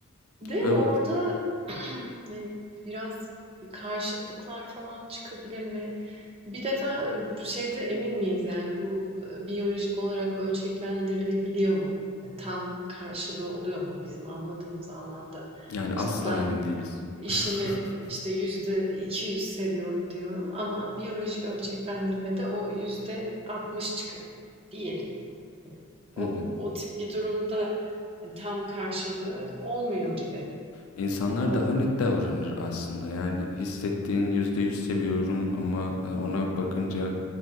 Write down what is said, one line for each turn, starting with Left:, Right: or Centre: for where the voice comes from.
Right: De
Left: evet.
Right: orada <clears throat> <laughs> hani biraz karşıtlıklar falan çıkabilir mi? Bir defa şeyde emin miyiz yani bu e, biyolojik olarak ölçeklendirilebiliyor mu? Yani tam karşılığı oluyor mu bizim anladığımız anlamda?
Left: Yani asla
Right: İşte ben
Left: emin değiliz.
Right: işimi
Left: <laughs>
Right: işte yüzde 200 seviyorum diyorum ama biyolojik ölçeklendirmede o yüzde 60 çıkıyor diyelim. Hani
Left: Hı
Right: o,
Left: hı.
Right: o tip bir durumda hani tam karşılığı olmuyor gibi.
Left: İnsanlar
Right: O...
Left: daha net davranır aslında. Yani hissettiğin yüzde yüz seviyorum ama e, ona bakınca